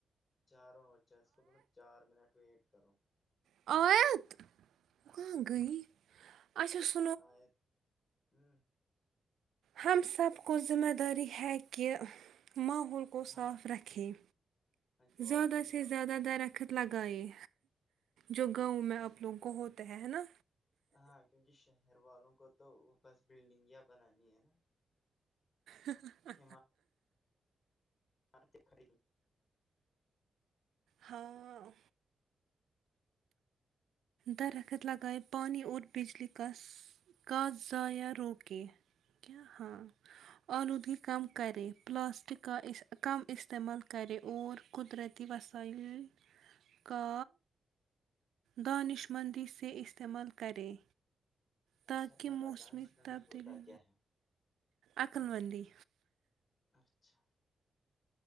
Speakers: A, on the left; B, on the right.
A: جاروں اچھا اس کو بولو چار منٹ ویٹ کرو
B: آیات کہاں گیی اچھا سونو
A: آیات ہ
B: ہم سب کو ذمہ داری ہے کہ ماحول کو صاف
A: ہم
B: رکھیں
A: جو
B: زیادہ
A: آپ نہیں
B: سے
A: رکھتی
B: زیادہ
A: ہو
B: درخت خت لگائے جو گاؤں میں آپ لوگ کو ہوتے ہیں نا
A: ہاں کیونکہ شہر والوں کو تو بس بلڈنگیا بنانی ہے نا
B: ہ۔ ہ۔ ہ
A: یہ م آرتے کھڑی ہے
B: ہاں درخت لگائے پانی اور بجلی کاس کاس ذائعہ روکے کیا ہاں آلودگی کم کرے پلاسٹک کا کم استعمال کرے اور قدرتی وسائل ہے کا دانش مندی سے استعمال کریں تاکی
A: اچھا بتا
B: موسمی
A: دانش مندی
B: تبدیلی
A: ہوتا کیا ہے
B: عقل مندی
A: اچھا